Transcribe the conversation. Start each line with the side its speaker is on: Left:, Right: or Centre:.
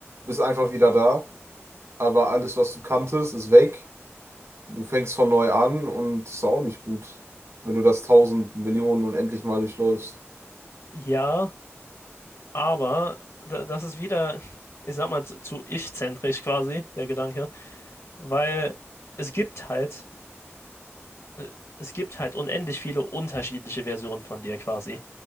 Right: bist einfach wieder da. Aber alles, was du kanntest, ist weg. Du fängst von neu an und ist auch nicht gut, wenn du das tausend Millionen unendlich mal durchläufst.
Left: ja, aber da, das ist wieder, ich sag mal, zu, zu ich-zentrisch quasi, der Gedanke, weil es gibt halt, äh, es gibt halt unendlich viele unterschiedliche Versionen von dir quasi.